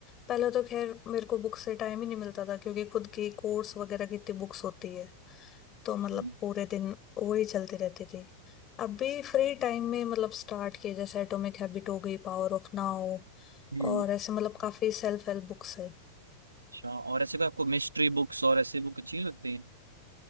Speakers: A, on the left (about 30°); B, on the right (about 80°).
A: पहले तो खैर मेरे को बुक्स से टाइम ही नहीं मिलता था क्योंकि खुद की कोर्स वगैरह की इतनी बुक्स होती है तो मतलब
B: हम्म
A: पूरे दिन वो ही चलती रहती थी अब भी फ्री टाइम में मतलब स्टार्ट किए जैसे एटॉमिक हैबिट हो गई पावर ऑफ नाउ
B: हम्म,
A: और ऐसे मतलब काफी सेल्फ हेल्प बुक्स है
B: अच्छा और ऐसे कोई आपको मिस्ट्री बुक्स और ऐसे बुक अच्छी लगती हैं